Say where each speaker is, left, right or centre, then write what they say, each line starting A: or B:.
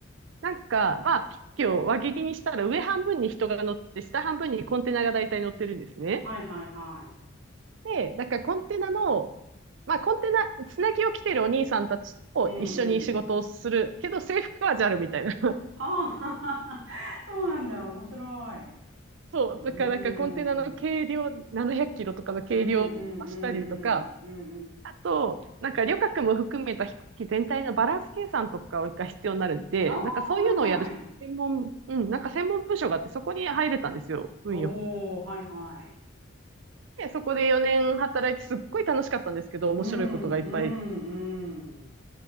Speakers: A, on the right; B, on the right.
A: なんか、まあ、飛行機を輪切りにしたら上半分に人が乗って、下半分にコンテナが大体乗ってるんですね。
B: はいはいはい。
A: で、だからコンテナのまあ、コンテナ、つなぎを着てるお兄さんたちを一緒に仕事をするけど、
B: うんうん。
A: 制服はジャルみたいな。
B: はあははは。そうなんだ。
A: <laughs>
B: 面白い。う
A: そう。
B: ーん。
A: だから、なんかコンテナの軽量、
B: うん
A: 700キロとかの軽量をしたりとか、
B: うんうんうん。うんうん。
A: あと、なんか旅客も含めた飛行機全体のバランス計算とかが必要になるんで、
B: ああ、
A: なんかそういうのをやる専門、
B: はいはい。
A: うん、なんか専門部署があって、そこに入れたんですよ。運よく。
B: おお、はいはい。
A: で、そこで4年働いて、すっごい楽しかったんですけど、
B: うんうんうん。
A: 面白いことがいっぱい